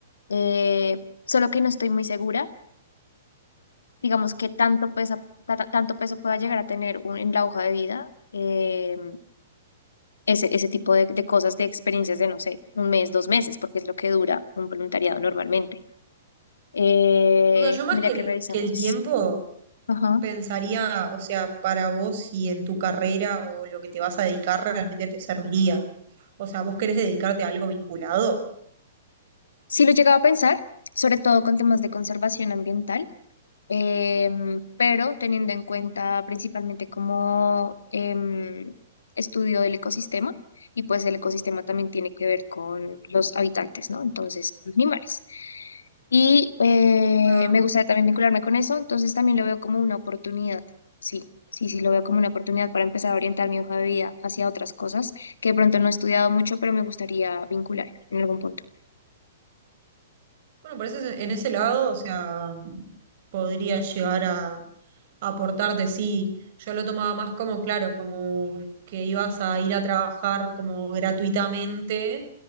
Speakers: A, on the left; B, on the right.
A: eh, solo que no estoy muy segura, digamos que tanto peso, tanto peso pueda llegar a tener un- en la hoja de vida. eh, ese, ese tipo de, de cosas, de experiencias de, no sé, un mes, dos meses, porque es lo que dura un voluntariado normalmente. Eh,
B: O sea, yo más
A: tendría
B: que el,
A: que revisar
B: que
A: más.
B: el tiempo
A: Ajá.
B: pensaría, o sea, para vos si en tu carrera o lo que te vas a dedicar realmente te serviría. O sea, ¿vos querés dedicarte a algo vinculado?
A: Sí lo llegaba a pensar, sobre todo con temas de conservación ambiental, em, pero teniendo en cuenta principalmente como em, estudio del ecosistema, y pues el ecosistema también tiene que ver con los habitantes, ¿no? Entonces, con animales. Y eh,
B: Ah,
A: me gustaría también vincularme con eso, entonces también lo veo como una oportunidad, sí, sí, sí, lo veo como una oportunidad para empezar a orientar mi hoja de vida hacia otras cosas que de pronto no he estudiado mucho, pero me gustaría vincular en algún punto.
B: bueno, por eso en ese lado, o sea, podría llegar a aportar de sí. Yo lo tomaba más como, claro, como que ibas a ir a trabajar como gratuitamente